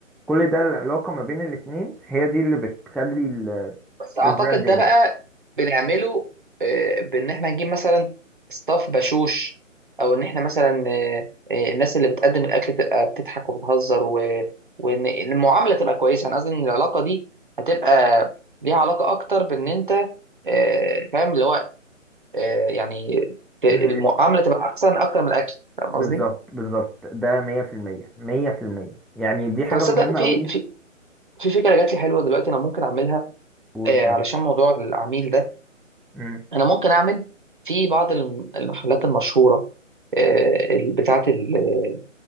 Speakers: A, in the centre; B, on the right (about 40°).
A: كل ده العلاقة ما بين الاتنين هي دي اللي بتخلي ال-
B: بس اعتقد
A: البراند ينجح
B: ده بقى بنعمله آه، بان احنا نجيب مثلا ستاف بشوش او ان احنا مثلا آه، آه، الناس اللي بتقدم الاكل تبقى بتضحك وبتهزر و... وان المعامله تبقى كويسه انا قصدي ان العلاقه دي هتبقى ليها علاقه اكتر بان انت آه، فاهم اللي هو آه، يعني ت- المعامله
A: إن
B: تبقى احسن اكتر من الاكل فاهم
A: بالظبط
B: قصدي؟
A: بالظبط ده مية في المية مية في المية يعني دي حاجة
B: طب تصدق
A: مهمة
B: إن في
A: أوي
B: في في فكره جات لي حلوه دلوقتي انا ممكن اعملها
A: قول
B: آه،
A: طيب
B: علشان موضوع العميل ده
A: مم.
B: انا ممكن اعمل في بعض الم- المحلات المشهوره آه، ال- بتاعه ال-